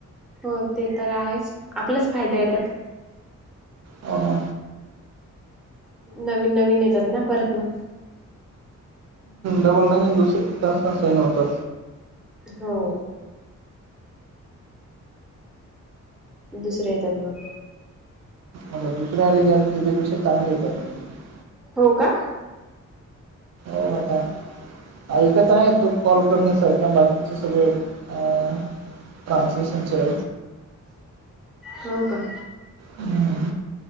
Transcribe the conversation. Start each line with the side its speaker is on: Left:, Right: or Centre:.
Centre: हो ते तर आहेच आपलाच फायदा येतात
Right: हो
Centre: नवीन नवीन येतात ना परत मग
Right: डबल नाईन दुसरी तास तास आहे न होतं
Centre: हो दुसरे येतात ना
Right: आ दुसऱ्या आलेेून त्याच्यापेक्षा तांग येतात मग
Centre: हो का
Right: हो आता ऐकत आहे तो कॉल करण्यासारखा बाकीचे सगळे अ ट्रानसलेशनचे
Centre: हो का
Right: हम्म